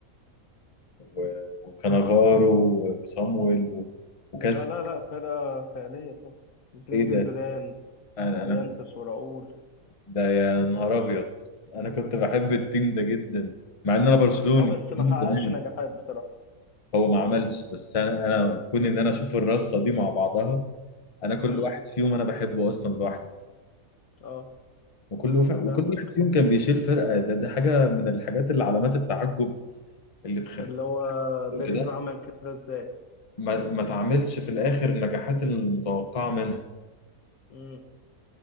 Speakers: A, on the left (about 30°); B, on the left (about 80°).
A: و... وكانافارو وصامويل و... وكاس
B: لا لا لا فرقة خيالية طبعا وزين
A: إيه
B: الدين
A: ده
B: زيدان
A: أنا
B: ومورينتس
A: أنا
B: وراؤول
A: ده يا نهار أبيض أنا كنت بحب التيم ده جدا مع إن أنا برشلوني
B: اه بس ما
A: من
B: حققش
A: زمان.
B: نجاحات بصراحة
A: هو ما عملش بس انا انا كون ان انا اشوف الرصه دي مع بعضها انا كل
B: امم
A: واحد فيهم انا بحبه اصلا لوحده
B: اه
A: وكل وف... وكل
B: فاهمك
A: واحد فيهم كان بيشيل فرقه ده, ده حاجه من الحاجات اللي علامات التعجب اللي تخلي
B: اللي هو بيريز
A: كل ده
B: عمل كده ازاي
A: ما, ما تعملش في الاخر النجاحات المتوقعه منها
B: امم